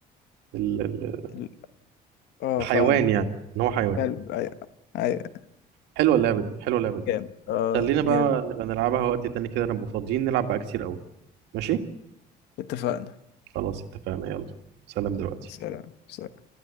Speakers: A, on the right; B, on the left.
A: ال... ال-
B: ال... اه
A: الحيوان
B: فاهم
A: يعني ان هو حيوان
B: جامد قلب ايوه ايوه
A: حلوه اللعبه دي حلوه اللعبه دي
B: جامد اه
A: خلينا بقى
B: جامد
A: نبقى نلعبها وقت تاني كده نبقى فاضيين نلعب بقى كتير قوي ماشي
B: اتفقنا
A: خلاص اتفقنا يلا سلام دلوقتي
B: سلام سلام